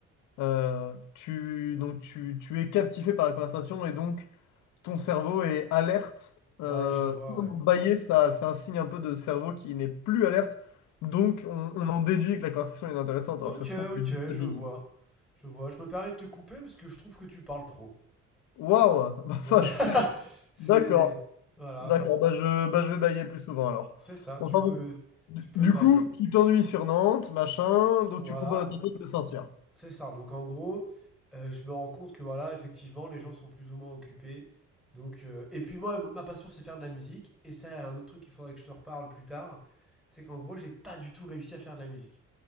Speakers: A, on the left; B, in the centre.
A: euh, tu, donc tu, tu es captivé par la conversation, et donc ton cerveau est alerte. Euh,
B: Ouais, je vois,
A: bailler,
B: ouais.
A: ça, c'est un signe un peu de cerveau qui n'est plus alerte, donc on, on en déduit que la conversation est intéressante,
B: Ok,
A: alors que ça se
B: ok,
A: trouve, c'est juste fatigué.
B: je vois. Je vois. Je me permets de te couper parce que je trouve que tu parles trop.
A: Waouh! <laughs> Bah, enfin,
B: Voilà.
A: je-
B: <laughs> C'est.
A: D'accord.
B: Voilà.
A: D'accord, bah je, bah je vais bailler plus souvent alors.
B: Fais ça.
A: Enfin
B: Tu peux.
A: bon. Du,
B: Tu peux
A: du
B: bailler.
A: coup, tu t'ennuies sur Nantes, machin, donc
B: Voilà.
A: tu proposes à tes potes de sortir.
B: C'est ça. Donc en gros, euh, je me rends compte que voilà, effectivement, les gens sont plus ou moins occupés. Donc, euh, et puis moi, ma passion, c'est faire de la musique. Et ça, un autre truc qu'il faudrait que je te reparle plus tard, c'est qu'en gros, j'ai pas du tout réussi à faire de la musique.